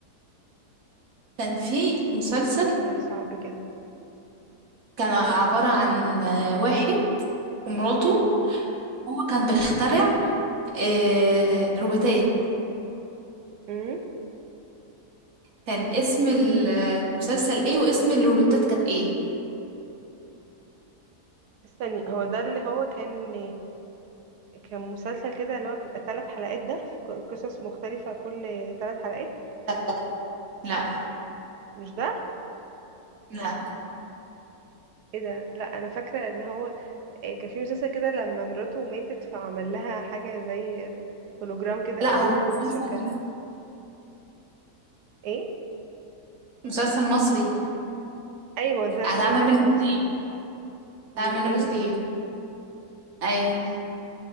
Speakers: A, on the right; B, on the right.
A: كان في مسلسل
B: شوفي لي سؤال صعب كده
A: كان عبارة عن آه، واحد ومراته
B: امم
A: هو كان بيخترع آه، روبوتات
B: امم
A: كان اسم ال- المسلسل ايه واسم الروبوتات كانت ايه
B: استني هو ده اللي هو كان كان مسلسل كده اللي هو بيبقى ثلاث حلقات ده في ق- قصص مختلفة كل ثلاث حلقات
A: لا لا
B: مش ده
A: لا
B: ايه ده لا انا فاكرة ان هو آه، كان في مسلسل كده لما مراته ماتت فعمل لها حاجة زي هولوجرام كده
A: لا
B: او
A: هو
B: روبوت
A: مسلسل
B: شكلها
A: مصري
B: ايه
A: مسلسل مصري
B: ايوه ده
A: هتعمل
B: التاني ده كان
A: منه
B: مصري
A: جزئين
B: جزئين
A: هتعمل منه جزئين ايوه